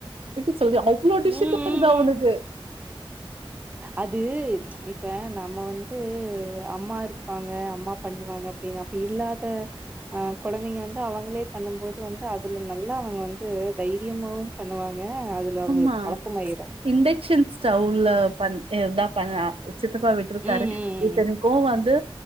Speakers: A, on the right; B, on the right.
A: <unintelligible> சொல்லி அவ்ளவு டிஷ்
B: ம்
A: <unintelligible> வருதா அவனுக்கு
B: ம் அது ப்ச் இப்ப நம்ம வந்து அம்மா இருக்காங்க அம்மா பண்ணுவாங்க அப்படின்னு அப்ப இல்லாத அஹ் குழந்தைங்க வந்து அவங்களே பண்ணும்போது வந்து அதுல நல்லா அவங்க வந்து தைரியமாவும் பண்ணுவாங்க ங்க அதுல அவங்களுக்கு
A: ஆ
B: பழக்கமாயிரு.
A: ப்ச் இண்டக்க்ஷன் ஸ்டவ்ல பண் <unintelligible> பண்லா சித்தப்பா விட்டுருக்காரு
B: ம், ம், ம்,
A: இத்தனைக்கூ
B: ம்.
A: வந்து